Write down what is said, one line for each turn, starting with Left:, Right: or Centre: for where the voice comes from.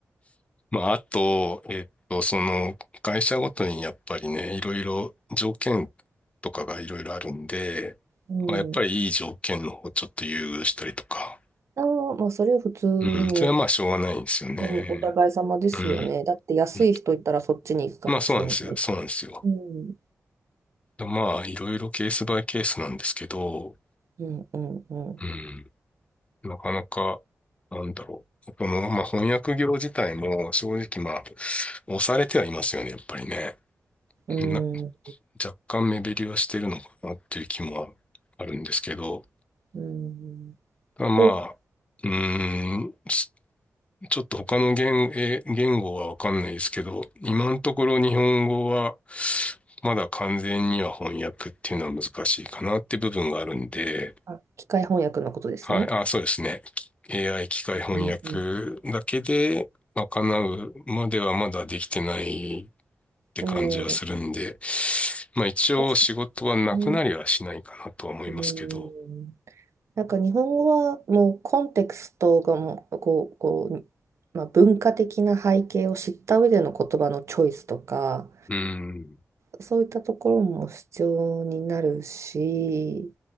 Left: まあ、あと、えっと、その、会社ごとにやっぱりね、いろいろ条件とかがいろいろあるんで、
Right: うん、
Left: まあ、やっぱりいい条件の方をちょっと優遇したりとか。
Right: あの、もうそれは普通に、
Left: うん。それはまあ、しょうがないんですよね。
Right: うん、お互い様ですよね。
Left: うん。
Right: だって安い人いたらそっちに行くかもしれないし。
Left: うんまあ、そうなんですよ。そうなんですよ。
Right: うん、
Left: まあ、いろいろケースバイケースなんですけど、
Right: うん、うん、うん、
Left: うん。なかなか、なんだろう。この、まあ、翻訳業自体も正直まあ、押されてはいますよね、やっぱりね。
Right: うん、
Left: な、若干目減りはしてるのかなっていう気もあるんですけど、
Right: うん、
Left: ただまあ、
Right: こう、
Left: うーん、すちょっと他の言、え言語はわかんないですけど、今のところ日本語はまだ完全には翻訳っていうのは難しいかなって部分があるんで、
Right: あ、機械翻訳のことですね。
Left: はい。あ、そうですね。AI 機械翻訳だけで賄うまではまだできてないっ
Right: うん、うん、
Left: て感じはするんで、
Right: うん、うん、
Left: まあ一応仕事はなくなりはしないかなとは思いますけど、
Right: だし、うん、うんなんか日本語はもうコンテクストがもうこう、こう、まあ、文化的な背景を知った上での言葉のチョイスとか
Left: うん、
Right: そういったところも必要になるし、